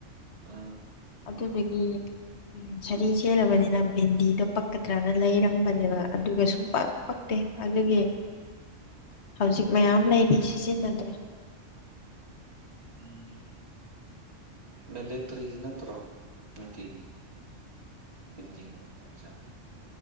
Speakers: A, on the right; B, on the left.
A: ꯑꯥ
B: ꯑꯗꯨꯗꯨꯒꯤ ꯎꯝ ꯁꯥꯔꯤ ꯁꯦꯠꯂꯕꯅꯤꯅ ꯕꯤꯟꯗꯤꯗꯣ ꯄꯛꯀꯗ꯭ꯔꯅ ꯂꯩꯔꯝꯕꯅꯦꯕ ꯑꯗꯨꯒ ꯁꯨꯡꯄꯛ ꯄꯛꯇꯦ ꯑꯗꯨꯒꯤ ꯍꯧꯖꯤꯛ ꯃꯌꯥꯝ ꯂꯩꯔꯤ ꯁꯤꯖꯤꯟꯅꯗ꯭ꯔꯦ
A: ꯎꯝ ꯃꯦꯟꯗꯦꯇꯔꯤꯗꯤ ꯅꯠꯇ꯭ꯔꯣ ꯅꯨꯡꯇꯤꯒꯤ ꯕꯤꯟꯗꯤꯒꯨꯝ ꯍꯥꯞꯄꯁꯦ